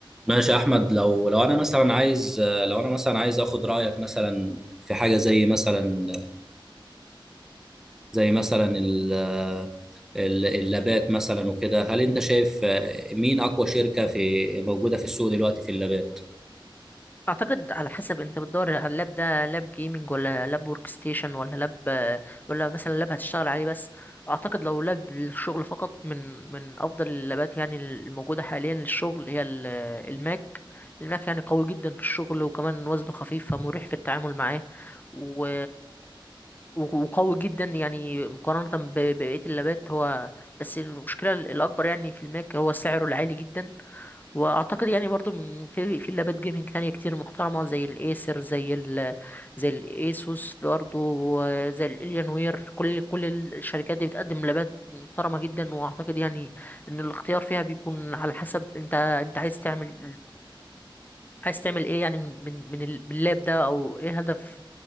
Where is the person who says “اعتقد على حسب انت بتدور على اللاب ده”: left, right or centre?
Left